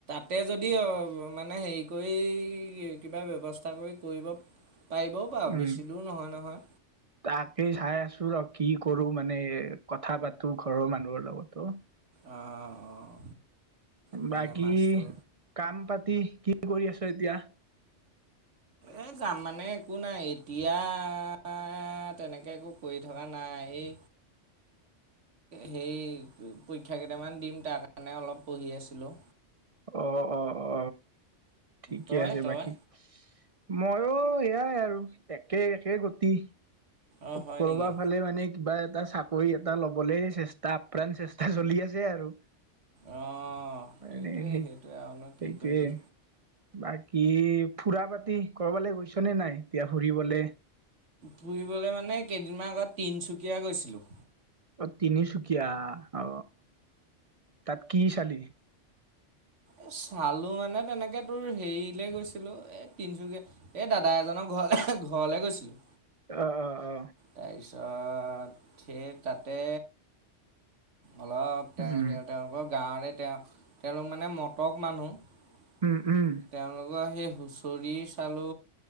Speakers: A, on the right (about 75°); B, on the right (about 45°).
A: তাতে যদি মানে হেৰি কৰি কিবা ব্যৱস্থা কৰি কৰিব পাৰিবও বাৰু
B: উম
A: বেছি দূৰ নহয় নহয়
B: তাকেই চাই আছো ৰ কি কৰো মানে কথা পাতো ঘৰৰ মানুহৰ লগতো
A: অহ, অহ, তেনেকে
B: বাকি
A: মাছটো
B: কাম প কি কৰি আছ এতিয়া
A: এ যাম মানে একো নাই এতিয়া এ তেনেকে একো কৰি থকা নাই এই সেই পৰীক্ষা কেইটামান দিম তাৰ কাৰণে অলপ পঢ়ি আছিলোঁ
B: অ অ অ ঠিকে
A: তই
B: আছে
A: তই
B: বাকি মইো এয়াই আৰু একে একে গতি
A: অঁ হয়
B: কৰবা
A: নেকি
B: ফালে মানে কিবা এ এটা চাকৰি এটা লবলৈ চেষ্টা আপ্ৰাণ চেষ্টা চলি আছে আৰু
A: আহ
B: মানে
A: সেইটোৱে
B: সেই
A: সেইটোৱে আৰুনো
B: সেইটোৱে
A: কি কৰিবি
B: বাকী ফুৰা পাতি কৰবালৈ গৈছনেে নাই এতিয়া ফুৰিবলে
A: ফুৰিবলৈ মানে কেইদিনমান আগত তিনচুকীয়া গৈছিলো
B: অ তিনিচুকীয়া অ তাত কি চালি
A: এ চালো মানে তেনেকে তোৰ হেৰিলে গৈছিলো এ তিনচুকীয়া এই দাদা এজনক ঘৰ ঘৰলে গৈছিলো
B: অ অ অ
A: তাৰপিছত সেই তাতে অলপ তেওঁ
B: উম
A: সিহ তেওঁলোকৰ গাঁৱৰে তেওঁ তেওঁলোক মানে মটক মানুহ
B: উম উম
A: তেওঁলোকৰ সেই হুঁচৰি চালো